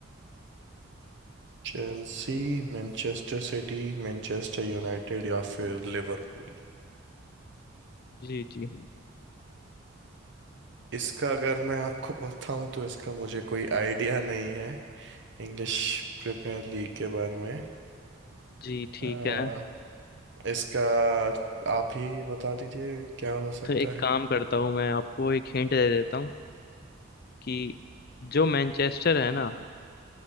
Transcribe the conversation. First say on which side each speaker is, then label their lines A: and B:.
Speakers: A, on the right (about 55°); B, on the left (about 45°).
A: Chelsea Manchester City Manchester United या फिर लिवरपूल
B: जी जी
A: इसका अगर मैं आपको बताऊं तो इसका मुझे कोई आइडिया नहीं है इंग्लिश प्रीमियर लीग के बारे में
B: जी ठीक
A: अ,
B: है
A: इसका आप ही बता दीजिए क्या हो सकता
B: तो एक काम
A: है
B: करता हूँ मैं आपको एक हिंट दे देता हूँ कि जो मैनचेस्टर है ना